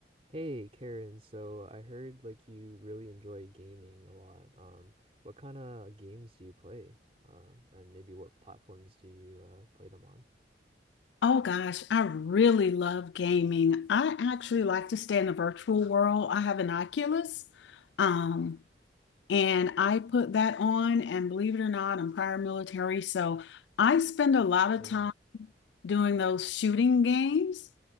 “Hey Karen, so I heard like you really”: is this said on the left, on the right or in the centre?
Right